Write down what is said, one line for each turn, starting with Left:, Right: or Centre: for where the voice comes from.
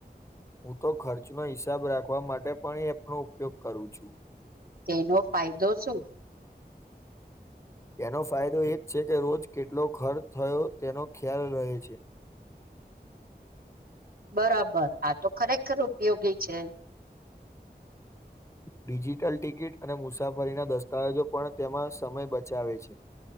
Left: હું તો ખર્ચનો હિસાબ રાખવા માટે પણ એપનો ઉપયોગ કરું છું
Right: તેનો ફાયદો શું
Left: તેનો ફાયદો એ જ છે કે રોજ કેટલો ખર્ચ થયો તેનો ખ્યાલ રહે છે
Right: બરાબર આ તો ખરેખર ઉપયોગી છે
Left: ડિજિટલ ટિકિટ અને મુસાફરીના દસ્તાવેજો પણ તેમાં સમય બચાવે છે